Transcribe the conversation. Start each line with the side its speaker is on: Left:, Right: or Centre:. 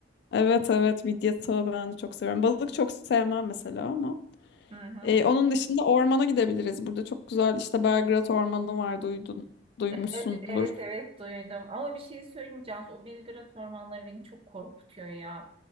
Left: Evet evet midye tava ben de çok seviyorum. Balık çok sevmem mesela ama.
Right: Hı hı.
Left: E, onun dışında ormana gidebiliriz. Burada çok güzel işte Belgrad Ormanı var duydun, duymuşsundur.
Right: Evet, evet, evet duydum. Ama bir şey söyleyeyim Cansu, o Belgrad ormanları beni çok korkutuyor ya.